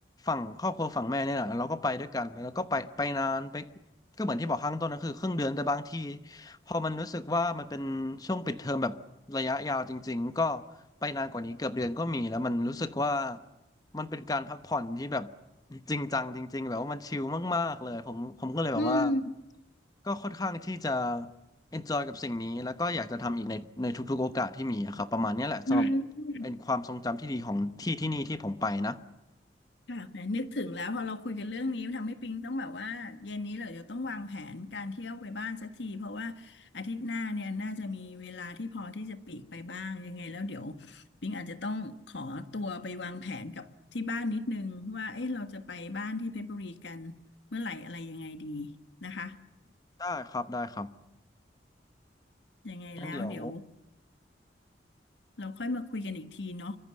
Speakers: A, on the left (about 20°); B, on the left (about 80°).
A: ฝั่งครอบครัวฝั่งแม่เนี่ยแหละเราก็ไปด้วยกันแล้วก็ไปไปนานไปก็เหมือนที่บอกข้างต้นก็คือครึ่งเดือนแต่บางทีพอมันรู้สึกว่ามันเป็นช่วงปิดเทอมแบบระยะยาวจริงๆก็ไปนานกว่านี้เกือบเดือนก็มีแล้วมันรู้สึกว่า มันเป็นการพักผ่อนที่แบบจริงจังจริงๆแบบว่ามันชิลมากๆเลยผมผมก็เลยแบบว่า
B: อืม
A: ก็ค่อนข้างที่จะ enjoy กับสิ่งนี้แล้วก็อยากจะทำอีกในในทุกๆโอกาสที่มีอะครับประมาณเนี้ยแหละสำหรับ
B: อืม
A: เป็นความทรงจำที่ดีของที่ที่นี่ที่ผมไปนะ
B: ค่ะแหมนึกถึงแล้วพอเราคุยกันเรื่องนี้ทำให้ปิงต้องแบบว่าเย็นนี้เลยเดี๋ยวต้องวางแผนการเที่ยวไปบ้านสักทีเพราะว่าอาทิตย์หน้าเนี่ยน่าจะมีเวลาที่พอที่จะปลีกไปบ้างยังไงแล้วเดี๋ยวปิงอาจจะต้องขอตัวไปวางแผนกับที่บ้านนิดนึงว่าเอ๊ะเราจะไปบ้านที่เพชรบุรีกันเมื่อไหร่อะไรยังไงดีนะคะ
A: ได้ครับได้ครับ
B: <laughs> ยังไงแล้วเดี๋ยว
A: งั้นเดี๋ยว
B: เราค่อยมาคุยกันอีกทีเนาะ